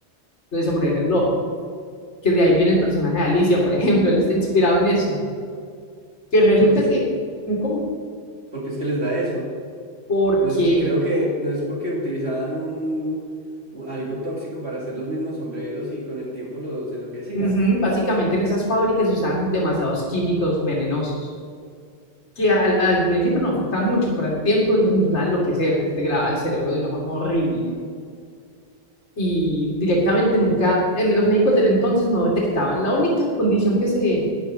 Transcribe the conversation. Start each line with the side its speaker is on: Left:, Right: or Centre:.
Left: la del sombrerero loco que de ahí viene el personaje de Alicia, por ejemplo, él está inspirado en eso. Que resulta
Right: Porque es
Left: que,
Right: que,
Left: ¿cómo?
Right: porque es que les da eso.
Left: Porque
Right: No es, creo que no es porque utilizaban un, u- algo tóxico para hacer los mismos sombreros y con el tiempo los enloquecía.
Left: ujú, básicamente en esas fábricas se usaban demasiados químicos venenosos, que al, al principio no afectaban mucho, pero al tiempo se empezaban a enloquecer, desgradaba el cerebro de una forma horrible. Y directamente nunca, en los médicos del entonces no detectaban. La única condición que se,